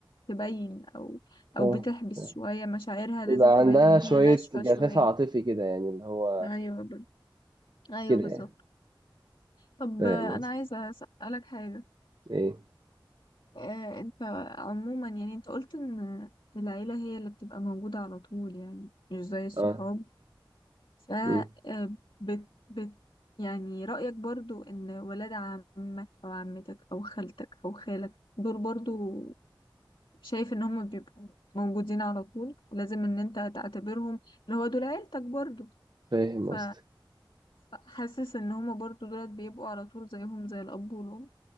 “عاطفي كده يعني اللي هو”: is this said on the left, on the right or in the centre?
Right